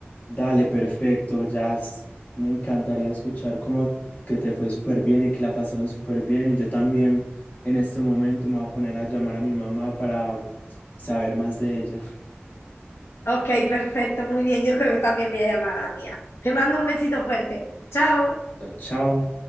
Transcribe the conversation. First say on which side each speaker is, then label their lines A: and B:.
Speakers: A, on the left (about 40°); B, on the left (about 75°).
A: Dale, perfecto, Jazz. Me encantaría escuchar cómo que te fue súper bien y que la pasaron súper bien. Y yo también en este momento me voy a poner a llamar a mi mamá para saber más de ella.
B: Ok, perfecto, muy bien. Yo creo que también voy a llamar a la mía. Te mando un besito fuerte. Chao.
A: Chao.